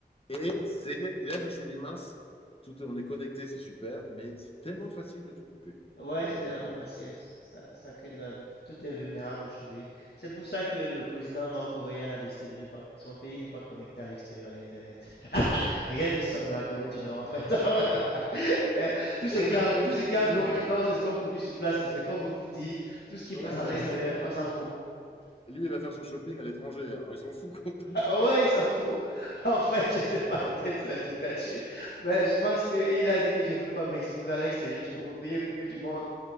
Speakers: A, on the left (about 35°); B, on the left (about 70°).
A: Et, c'est- et là, je me suis dit mince, tout, on est connecté, c'est super, mais c'est tellement facile de tout couper.
B: Ouais,
A: Donc
B: c'est tellement
A: euh,
B: facile. Ça, ça crée de la... vu- Tout est vulnérable aujourd'hui. C'est pour ça que le président nord-coréen a décidé de ne pas... Son pays n'est pas connecté à l'extérieur, à l'Internet. <laughs> Rien ne sort de la Corée du Nord, en fait. <laughs> Eh, Tout ce
A: Ouais,
B: qui
A: mais
B: a...
A: lui,
B: tout ce qui est en
A: lui,
B: Corée du Nord, c'est ce qu'on produit sur place. et C'est comme vous dit. Tout ce qui
A: oui,
B: passe à
A: bah
B: l'extérieur,
A: lui, lui,
B: on s'en fout. <laughs>
A: lui, il va faire son shopping à l'étranger. Alors, il s'en fout, quoi, donc.
B: Ah Ouais, il s'en fout. <laughs> En fait, je sais pas, <laughs> c'est la dictature. Mais je pense qu'il a dit que je veux pas m'exposer à l'extérieur. Du coup, mon pays est coupé du monde.